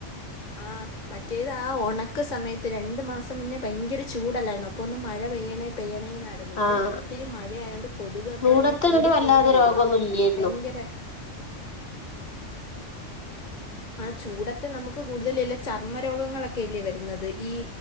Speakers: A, on the left; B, on the left.
A: ആ മറ്റേത് ആ ഉണക്ക് സമയത്ത് രണ്ട് മാസം മുന്നേ ഭയങ്കര ചൂടല്ലായിരുന്നു അപ്പൊ ഒന്ന് മഴ പെയ്യണെ പെയ്യണെന്ന് ന്നാര്ന്നു ഇപ്പം
B: ആഹ്
A: ഒത്തിരി മഴയായോണ്ട് കൊത്ക്ക്കെ
B: ചൂടത്ത്
A: അങ്ങ് കൂടി
B: ഇങ്ങട്ട് വല്ലാതെ
A: കൂടി വരുവാ
B: രോഗൊന്നും ഇല്ലേരുന്നു
A: ഭയങ്കര ആ ചൂടത്ത് നമുക്ക് കൂടുതല ഇല്ല ചർമ്മ രോഗങ്ങളൊക്കെ ഇല്ലേ വരുന്നത് ഈ